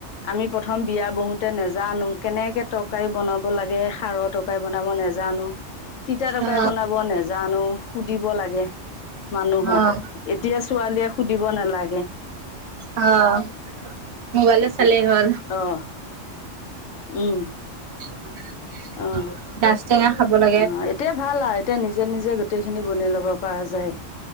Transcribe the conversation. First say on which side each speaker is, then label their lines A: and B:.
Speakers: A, on the left; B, on the right.
A: আমি প্ৰথম বিয়া বহুত নেজানো কেনেকে তৰকাৰী বনাব লাগে খাৰৰ তৰকাৰী বনাব নেজানো। তিতা তৰকাৰী
B: অ',
A: বনাব নেজানো সুধিব লাগে। মানুহক
B: অ'।
A: এতিয়া ছোৱালীয়ে সুধিব নালাগে।
B: অ খালেই হ'ল।
A: অ', উম।
B: <inaudible>
A: অ'।
B: গাজটেঙা খাব লা
A: অ' এতিয়া ভাল আ। এতিয়া নিজে নিজে গোটেই খিনি বনেই ল'ব পাৰা যায়।